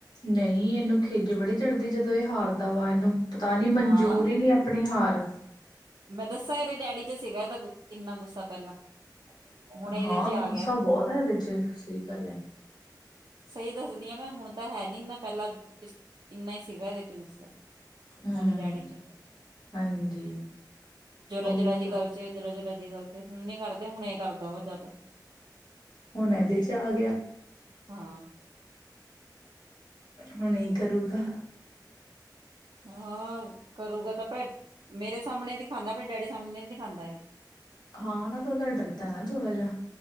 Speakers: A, on the left; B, on the right.
A: ਨਹੀਂ ਇਹਨੂੰ ਖਿੱਜ ਬੜੀ ਚੜ੍ਹਦੀ ਜਦੋਂ ਇਹ ਹਾਰਦਾ ਵਾ ਇਹਨੂੰ ਪਤਾ ਨਹੀ ਮਨਜੂਰ
B: ਹਾਂ
A: ਹੀ ਨਹੀ ਆਪਣੀ ਹਾਰ
B: ਮੈਂ ਦੱਸਾ ਇਹਰੇ ਡੈਡੀ ਚ ਸੀਗਾ ਇਹਦਾ ਕਿੰਨਾ ਗੁੱਸਾ ਪਹਿਲਾਂ ਹੁਣ ਇਹਦੇ
A: ਹਾਂ
B: ਚ
A: ਗੁੱਸਾ
B: ਆ ਗਿਆ
A: ਬਹੁਤ ਆ ਇਹਦੇ ਚ ਸਹੀ ਗੱਲ ਆ
B: ਸਹੀ ਦੱਸਦੀ ਹਾਂ ਮੈਂ ਹੁਣ ਤਾਂ ਹੈ ਨੀ ਇਨਾ ਪਹਿਲਾਂ ਇੰਨਾ ਹੀ ਸੀਗਾ ਇਹਦੇ ਚ ਗੁੱਸਾ
A: ਹਮ
B: ਇਨ੍ਹਾਂ ਦੇ ਡੈਡੀ ਚ
A: ਹਾਂਜੀ
B: ਜਰਾ
A: ਹੋਊਗਾ
B: ਜਰਾ ਜੀ ਗੱਲ ਚ ਜਰਾ ਜ਼ਰਾ ਜੀ ਗੱਲ ਤੇ ਹੁਣ ਨੀ ਕਰਦੇ ਹੁਣ ਇਹ ਕਰਦਾ ਵਾ ਜ਼ਿਆਦਾ
A: ਹੁਣ ਇਹਦੇ ਚ ਆ ਗਿਆ।
B: ਹਾਂ
A: ਹੁਣ ਇਹ ਕਰੂਗਾ।
B: ਹਾਂ ਕਰੂਗਾ ਤਾਂ ਪਹਿ ਮੇਰੇ ਸਾਹਮਣੇ ਦਿਖਾਉਂਦਾ ਆਪਣੇ ਡੈਡੀ ਸਾਹਮਣੇ ਨੀ ਦਿਖਾਉਂਦਾ ਇਹ
A: ਹਾਂ ਉਹਨਾਂ ਤੋਂ ਤਾਂ ਡਰਦਾ ਨਾ ਥੋੜਾ ਜਾਂ